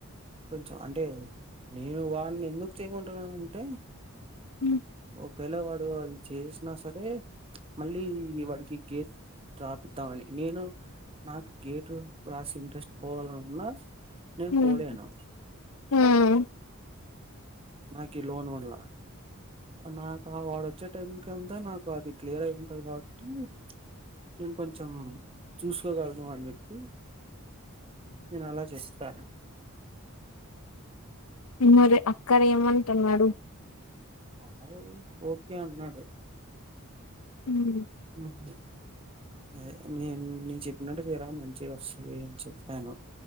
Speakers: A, on the right; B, on the left.
A: కొంచెం అంటే నేను వాడిని ఎందుకు చేయమంటున్నానంటే
B: మ్
A: ఒకవేళ వాడు అది చేసినా సరే మళ్ళీ వాడికి గే రాపిదామని నేను నాకు గేటు రాసే ఇంట్రెస్ట్ పోవాలనున్నా నేను
B: ఉమ్
A: పోలేను
B: ఉమ్
A: నాకి లోన్ వల్లా నాక ఆ వాడు వచ్చే టైం కంటే నాకు అది క్లియర్ అయి ఉంటది కబట్ మ్ నేను కొంచెం చూసు కోగలను అని చెప్పి నేను అలా చెప్పా
B: మరే అక్కర్ ఏమంటున్నాడు
A: ఆడు ఓకే అన్నాడు
B: మ్
A: మ్ అదే నేను నేను చెప్పినట్టు చేయిరా మంచిగ వస్తది అని చెప్పాను